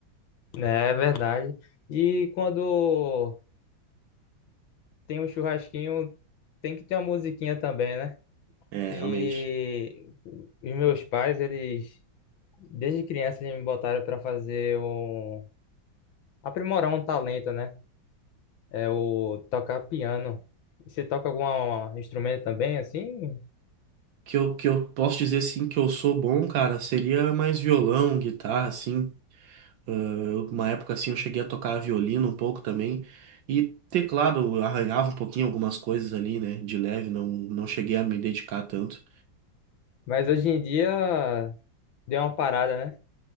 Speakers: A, on the left; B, on the right.
A: Né, É verdade. E quando tem um churrasquinho, tem que ter uma musiquinha também, né?
B: É,
A: E
B: realmente.
A: os meus pais, eles, desde criança, eles me botaram para fazer um... aprimorar um talento, né? É o tocar piano. Você toca algum instrumento também, assim?
B: Que eu, que eu posso dizer, assim, que eu sou bom, cara, seria mais violão, guitarra, assim. Ah, eu- uma época, assim, eu cheguei a tocar violino um pouco também. E teclado, eu arranhava um pouquinho algumas coisas ali, né? De leve, não, não cheguei a me dedicar tanto.
A: Mas hoje em dia deu uma parada, né?